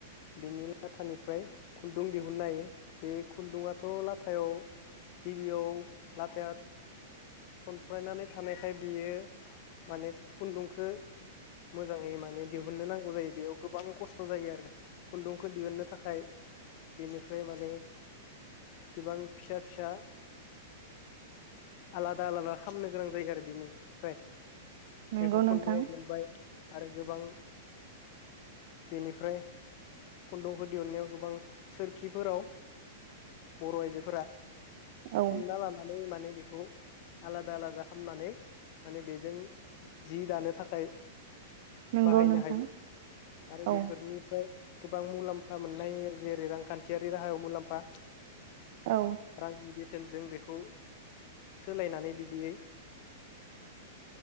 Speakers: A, on the left; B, on the right.
A: बिनि लाथानिफ्राय खुन्दुं दिहुननो हायो बे खुन्दुङाथ लाथायाव गिबियाव लाथाया थनफ्रायनानै थानायखाय बेयो माने खुन्दुंखौ मोजाङै माने दिहुननो नांगौ जायो बेयाव गोबां खस्थ जायो आरो खुन्दुंखौ दिहुननो थाखाय बेनिफ्राय माने गोबां फिसा फिसा आलादा आलादा खालामामनो गोनां जायो आरो बेनिफ्राय बेखौ
B: नंगौ नोंथां
A: खुन्दुंआव लोनबाय आरो गोबां बेनिफ्राय खुन्दुंफोर दिहुननायाव गोबां सोरखिफोराव बर आइजो फोरा
B: औ
A: थुमना लानानै माने बेखौ आलादा आलादा हामनानै माने बेजों जि दानो थाखाय
B: नंगौ
A: बाहायनो
B: नोंथां
A: हायो आरो बेफोरनिफ्राय
B: औ
A: गोबां मुलाम्फा मोननाय जेरै रांखान्थियारि राहायाव मुलाम्फा
B: औ
A: रांनि गे थोंजों बेखौ सोलायनानै बिदियै